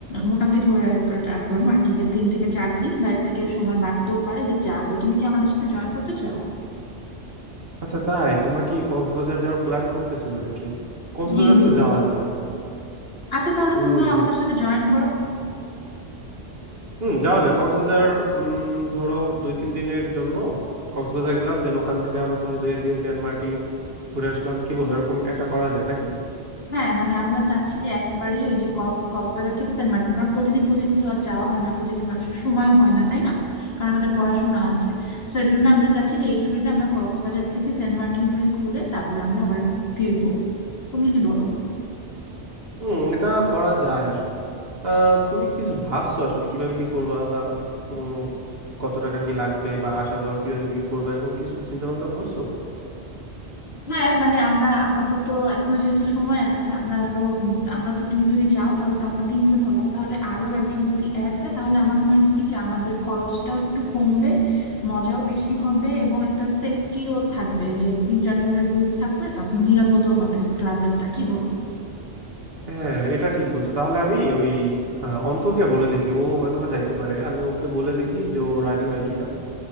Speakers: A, on the left; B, on the right.
A: মোটামুটি ধরে রাখ- রাখলাম আর কি যে তিন থেকে চার দিন বা এর থেকে সময় বাড়তেও পারে যে যাবো তুমি কি আমাদের সাথে জয়েন করতে চাও
B: আচ্ছা তাই তোমরা কি কক্সবাজার যাওয়ার প্ল্যান করতেছো নাকি কক্সবাজার
A: জি জি
B: তো
A: জি।
B: যাওয়া যায়
A: আচ্ছা তাহলে
B: হুম
A: তুমিও আমাদের সাথে জয়েন করো
B: হুম যাওয়া যায় কক্সবাজার উম, ধরো দুই তিন দিনের জন্য কক্সবাজার গেলাম দেন ওখান থেকে আবার ধরো দুই একদিন সেন্ট মার্টিন ঘুরে আসলাম কি বলো এরকম একটা করা যায় নাকি
A: হ্যাঁ মানে আমরা চাচ্ছি যে একবারেই ওই যে কক্স- কক্সবাজার থেকে সেন্ট মার্টিন কারণ প্রতিদিন প্রতিদিন তো আর যাওয়া হয় না প্রতিদিন মানুষের সময়ও হয় না তাই না কারণ আমাদের পড়াশোনা আছে তো এর জন্য আমরা চাচ্ছি যে এই ছুটিতে আমরা কক্সবাজার থেকে সেন্ট মার্টিন হয়ে ঘুরে তারপর আমরা আবার ফিরবো তুমি কি বলো
B: হুম এটা করা যায় আসলে আহ, তুমি কি কিছু ভাবছো আসলে কিভাবে কি করবা বা উম, কত টাকা কি লাগবে বা আসা যাওয়া কিভাবে কি করবে এরকম কিছু চিন্তা ভাবনা করছো
A: হ্যাঁ মানে আমরা আপাতত এখনো যেহেতু সময় আছে আমরা আরো উম আমরা তো তুমি যদি যাও তাহলে তো আমরা তিনজন হলাম তাহলে আরো একজন যদি অ্যাড হয় তাহলে আমার মনে হয় কি যে আমাদের খরচটাও একটু কমবে মজাও বেশি হবে এবং একটা সেফটিও থাকবে যে তিন চারজনের গ্রুপ থাকলে তখন নিরাপদও হবে ট্রাভেলটা কি বল
B: হ্যাঁ এটা ঠিক বলছো তাহলে আমি ওই আহ, অন্তরকে বলে দেখি ও হয়তোবা যাইতে পারে আমি ওকে বলে দেখি যে ও রাজি হয় কিনা